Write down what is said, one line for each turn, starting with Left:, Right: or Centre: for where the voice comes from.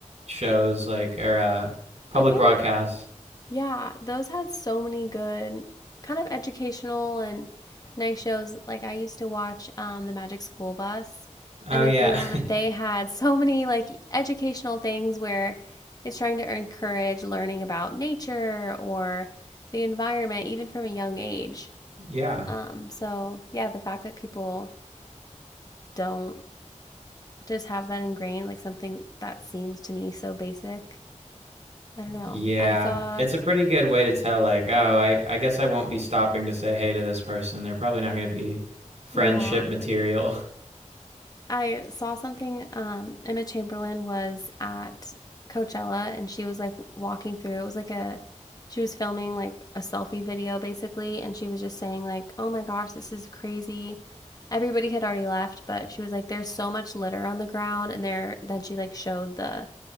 Right: shows, like or uh, public
Left: I feel
Right: broadcasts.
Left: like Yeah, those had so many good kind of educational and nice shows. Like I used to watch um, The Magic School Bus,
Right: Oh
Left: and
Right: yeah,
Left: I feel that they had <laughs> so many like educational things where it's trying to encourage learning about nature or the environment, even from a young age.
Right: <laughs> yeah.
Left: Um, so yeah, the fact that people don't just have that ingrained, like something that seems to me so basic. I don't know.
Right: Yeah,
Left: I saw,
Right: it's a pretty good way to tell, like, oh, I, I guess I won't be stopping to say hey to this person. They're probably not going to be friendship
Left: yeah,
Right: material. <laughs>
Left: I saw something. Um, Emma Chamberlain was at Coachella and she was like walking through. It was like a, she was filming like a selfie video basically, and she was just saying like, "Oh my gosh, this is crazy." Everybody had already left, but she was like, "There's so much litter on the ground," and there. Then she like showed the